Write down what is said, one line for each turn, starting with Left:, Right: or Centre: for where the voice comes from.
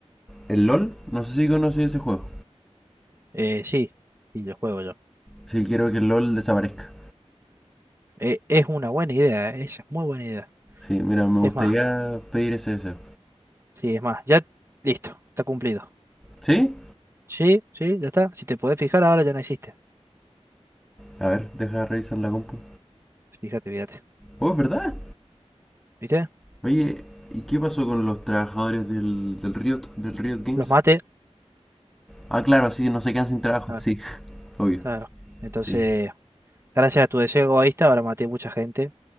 Centre: el LOL, no sé si conoces ese juego.
Right: Eh, sí, y lo juego yo.
Centre: Sí, quiero que el LOL desaparezca.
Right: Eh, es una buena idea, eh, esa es muy buena idea.
Centre: Sí, mira, me
Right: Es
Centre: gustaría
Right: más.
Centre: pedir ese deseo.
Right: Sí, es más, ya listo, está cumplido.
Centre: ¿Sí?
Right: Sí, sí, ya está. Si te podés fijar, ahora ya no existe.
Centre: A ver, deja revisar la compu.
Right: Fíjate, fíjate.
Centre: Oh, es verdad.
Right: ¿Viste?
Centre: Oye, ¿y qué pasó con los trabajadores del, del Riot, del Riot Games?
Right: Los maté.
Centre: Ah, claro, sí, no se quedan sin trabajo.
Right: Claro.
Centre: Sí, <laughs> obvio.
Right: Claro. Entonces,
Centre: Sí.
Right: gracias a tu deseo egoísta, ahora maté mucha gente.